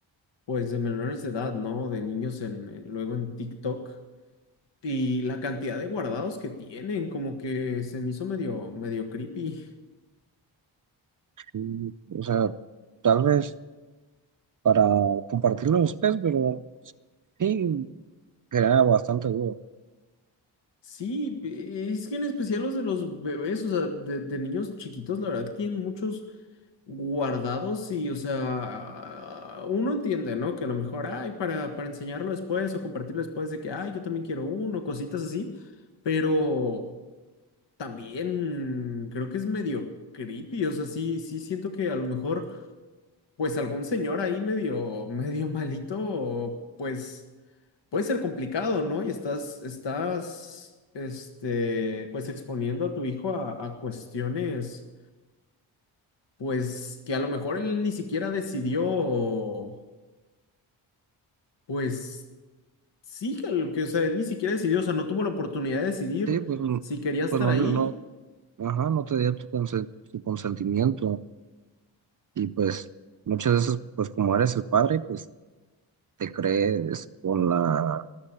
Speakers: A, on the left (about 60°); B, on the right (about 40°).
A: pues de menores de edad, ¿no? De niños en, en- luego en TikTok y la cantidad de guardados que tienen, como que se me hizo medio, medio creepy.
B: Mm, O sea, tal vez para compartirlo después, pero sí, era bastante duro.
A: Sí, pe- es que en especial los de los bebés, o sea, de, de niños chiquitos, la verdad que tienen muchos guardados y, o sea, uno entiende, ¿no? Que a lo mejor, ay, para, para enseñarlo después o compartirlo después de que, ay, yo también quiero uno, cositas así, pero también creo que es medio creepy, o sea, sí, sí siento que a lo mejor, pues algún señor ahí medio, medio malito, pues puede ser complicado, ¿no? Y estás, estás, este, pues exponiendo a tu hijo a, a cuestiones, pues que a lo mejor él ni siquiera decidió, pues sí, que, lo que, o sea, él ni siquiera decidió, o sea, no tuvo la oportunidad de decidir
B: Sí, pues, mm,
A: si quería estar
B: pues no,
A: ahí.
B: le- no, ajá, no te dio tu, consen- tu consentimiento y pues muchas veces, pues como eres el padre, pues te crees con la,